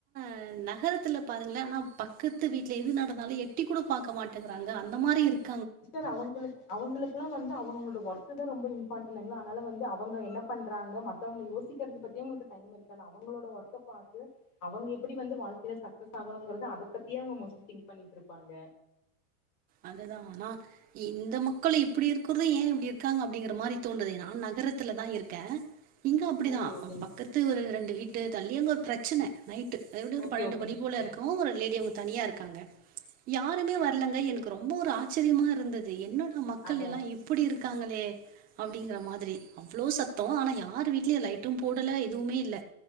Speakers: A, on the right (about 20°); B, on the left (about 80°).
A: அ நகரத்துல பாருங்கள ஆனா பக்கத்து வீட்ல எது நடந்தாலு எட்டி கூட பாக்க மாட்டேங்கிறாங்க அந்த மாரி இருக்
B: சிஸ்டர் அவங்களுக்கு அவங்களுக்கெல்லா வந்து அவங்கவ்ங்களோட ஒர்க்குதா ரொம்ப இம்பார்ட்டன்ங்களா அதனால வந்து அவங்க என்ன பண்றாங்க மத்தவங்கள யோசிக்கிறது பத் தி இவங்களுக் டைம் இருக்காது அவங்களோட ஒர்க்கப் பாத்து அவங்க எப்டி வந்து வாழ்க்கைல சக்சஸ் ஆகணுங்கறது அத பத்தியே அவங்க மோஸ்ட்லி திங்க் பண்ணிட்டுருப்பாங்க
A: அதுதா ஆனா இந்த மக்களு இப்பிடி இருக்குறுது ஏ இப்டி இருக்காங்க அப்டிங்கிற மாரி தோண்டுது நா நகரத்துலதா இருக்கே. இங்க அப்டிதா
B: ஓகே ஓகேங்
A: அ பக்கத்து ஒரு ரெண்டு வீட்டு தள்ளி அங்க ஒரு பிரச்சன நைட்டு அதெப்டியு ஒரு
B: ஓகே
A: பன்னெண்டு
B: ஓகேங்
A: மணி
B: சிஸ்டர்
A: போல இருக்கு ஒரு லேடி அவுங்க தனியா இருக்காங்க யாருமே வர்லங்க எனு ரொம்போ ஒரு ஆச்சிரியமா இருந்தது என்னடா மக்கள்
B: அத
A: எல்லா இப்பிடி இருக்காங்களே அப்டிங்கிற மாதிரி. அவ்ளோ சத்தோ ஆனா யார் வீட்லியு லைட்டு போடல எதுவுமே இல்ல.